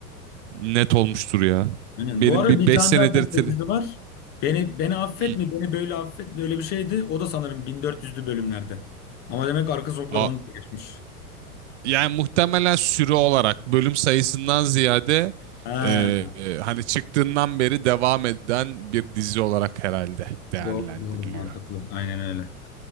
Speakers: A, on the right; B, on the left.
A: Net olmuştur ya.
B: Aynen.
A: Benim
B: Bu arada
A: bir
B: bir
A: beş
B: tane
A: senedir
B: daha pembe
A: tele-
B: dizi var. Beni beni affet
A: Hı.
B: mi? Beni böyle affet mi? Öyle bir şeydi. O da sanırım 1400'lü bölümlerde. Ama demek arka sokaklar
A: Aa,
B: onu da geçmiş.
A: yani muhtemelen süre olarak bölüm sayısından ziyade
B: Ha,
A: e, e, hani çıktığından beri devam eden bir dizi olarak herhalde değerlendiriliyor.
B: doğru doğru mantıklı. Aynen öyle.